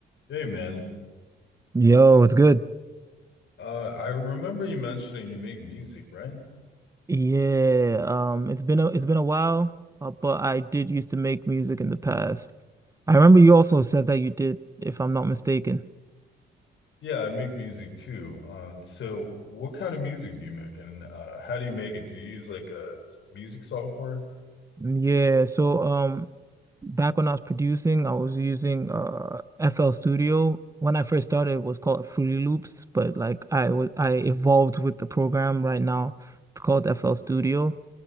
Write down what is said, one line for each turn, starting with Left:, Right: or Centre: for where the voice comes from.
Left: Hey man,
Right: Yo, it's good.
Left: uh, I remember you mentioning you make music, right?
Right: Yeah, um, it's been a it's been a while, uh, but I did used to make music in the past. I remember you also said that you did, if I'm not mistaken.
Left: Yeah, I make music too. Um, so what kind of music do you make, and uh, how do you make it? Do you use like a s- music software?
Right: Mm, Yeah, so um, back when I was producing, I was using uh FL Studio. When I first started, it was called Fruity Loops, but like I was I evolved with the program. Right now, it's called FL Studio.